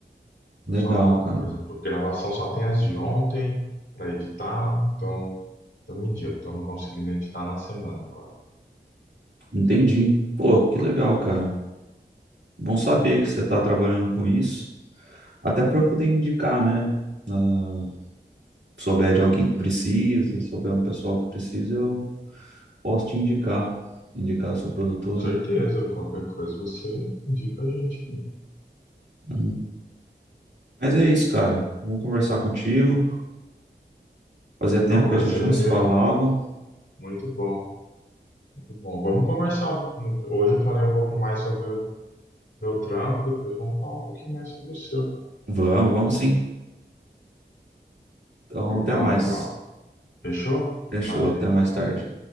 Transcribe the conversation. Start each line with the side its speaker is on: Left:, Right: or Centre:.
Right: legal,
Left: Só,
Right: cara.
Left: por exemplo, gravação só tem as de ontem para editar, então estamos em dia, estamos conseguindo editar na semana agora.
Right: Entendi. Pô, que legal, cara. Bom saber que você tá trabalhando com isso. Até para eu poder indicar, né? Ah, souber de alguém que precisa, souber um pessoal que precisa, eu posso te indicar. Indicar a sua produtora.
Left: Com certeza, qualquer coisa você indica a gente aí.
Right: Hum. Mas é isso, cara. Vamos conversar contigo. Fazia tempo
Left: Não, o
Right: que
Left: prazer
Right: a gente não
Left: é
Right: se
Left: meu,
Right: falava.
Left: cara. Muito bom, muito bom. Vamos conversar. Hoje eu falei um pouco mais sobre meu trampo, depois vamos falar um pouquinho mais sobre o seu, cara.
Right: Vamos,
Left: Que
Right: vamos sim. Então,
Left: legal,
Right: até mais.
Left: legal. Fechou?
Right: Fechou,
Left: Valeu.
Right: até mais tarde.